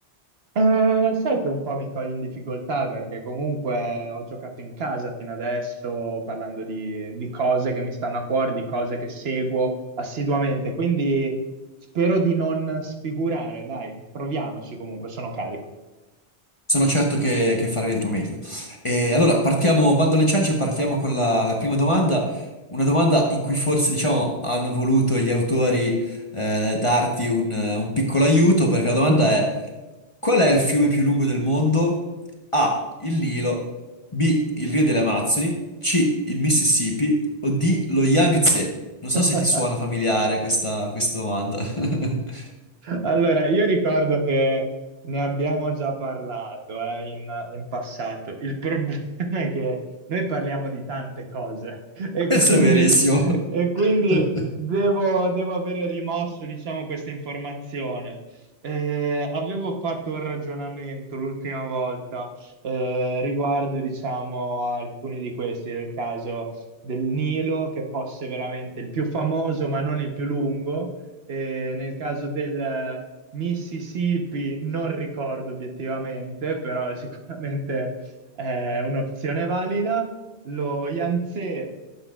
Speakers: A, on the right (about 60°); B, on the left (about 30°).
A: Eh, sai che un po' mi cogli in difficoltà perché comunque ho giocato in casa fino adesso parlando di, di cose che mi stanno a cuore, di cose che seguo assiduamente, quindi spero di non sfigurare, dai, proviamoci comunque, sono carico.
B: Sono certo che, che farai del tuo meglio. E allora, partiamo, bando alle ciance, partiamo con la, la prima domanda. Una domanda in cui forse, diciamo, hanno voluto gli autori eh, darti un, un piccolo aiuto, perché la domanda
A: <laughs>
B: è: qual è il fiume più lungo del mondo? A. Il Nilo, B. Il Rio delle Amazzoni, C. Il Mississippi o D. Lo Yangtze? Non so
A: <laughs>
B: se ti suona familiare questa, questa domanda. <laughs>
A: Allora, io ricordo che ne abbiamo già parlato, eh, in, in passato. Il problema è che noi parliamo di tante cose e
B: Questo
A: quindi,
B: è verissimo. <laughs>
A: e quindi devo, devo avere rimosso, diciamo, questa informazione. Eh, avevo fatto un ragionamento l'ultima volta eh, riguardo, diciamo, a alcuni di questi, nel caso del Nilo, che fosse veramente il più famoso, ma non il più lungo. Eh, nel caso del Mississippi non ricordo obiettivamente, però <laughs> è sicuramente è un'opzione valida. Lo Yangtze,